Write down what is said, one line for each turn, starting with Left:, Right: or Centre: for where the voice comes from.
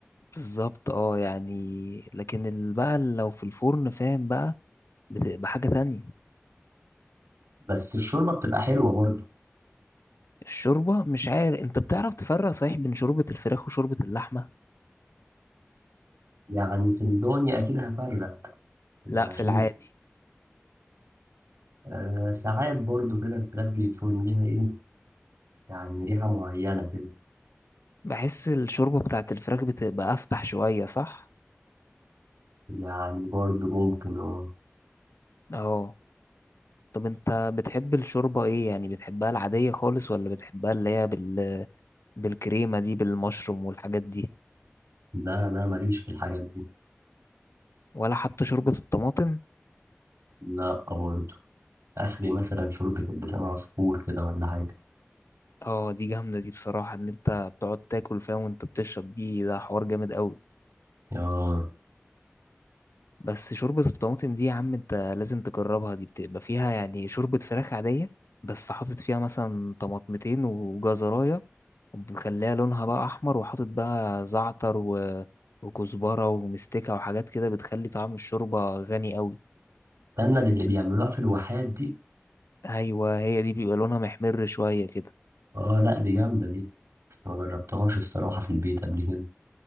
Left: بالظبط اه يعني لكن ال- بقى لو في الفرن فاهم بقى بتبقى حاجه تانية
Right: بس الشوربة بتبقى حلوة برضه
Left: الشوربه مش عارف انت بتعرف تفرق صحيح بين شوربه الفراخ وشوربه اللحمه
Right: يعني في الدنيا أكيد هفرق يعني
Left: لا في
Right: عشان
Left: العادي
Right: يبقى- آه ساعات برضه كده الفراخ بيكون ليها إيه يعني ريحة معينة كده
Left: بحس الشوربه بتاعت الفراخ بتبقى افتح شويه صح
Right: يعني برضه ممكن اه
Left: اه طب انت بتحب الشوربة ايه يعني بتحبها العادية خالص ولا بتحبها اللي هي بال... بالكريمة دي بالمشروم والحاجات دي
Right: لا لا ماليش في الحاجات دي
Left: ولا حتى شوربة الطماطم
Right: لا برضه اخري مثلا شوربة اللسان عصفور كده ولا حاجة
Left: اه دي جامدة دي بصراحة ان انت بتقعد تاكل فيها وانت بتشرب دي ده حوار جامد قوي
Right: اه
Left: بس شوربة الطماطم دي يا عم انت لازم تجربها دي بتبقى فيها يعني شوربة فراخ عادية بس حاطط فيها مثلا طماطمتين وجزراية ومخليها لونها بقى احمر وحاطط بقى زعتر و... وكزبرة ومستكة وحاجات كده بتخلي طعم الشوربة غني قوي
Right: استنى دي اللي بيعملوها في الواحات دي
Left: ايوه هي دي بيبقى لونها محمر شويه كده
Right: اه لا دي جامدة دي بس ما جربتهاش الصراحة في البيت قبل كده